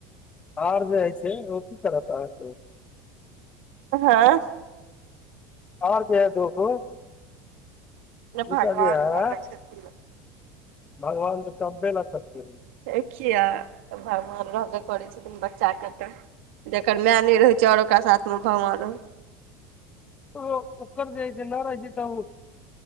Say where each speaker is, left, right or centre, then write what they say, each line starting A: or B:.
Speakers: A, on the left (about 20°); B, on the right (about 80°).
A: आर जे हइ छै ओ की करत अहाँकेँ
B: हँ
A: और जे है दुगो <inaudible> दुटा
B: भगवान
A: जे है
B: पालक छथिन
A: भगवान तऽ <unintelligible>
B: यै किया भगवान रहबे करै छथिन बच्चा कऽ तऽ जकर मैं नै रहै छै और ओकरा साथ में भवान रहै
A: ओ ओकर जेइ छै नै रहै छै तऽ ओ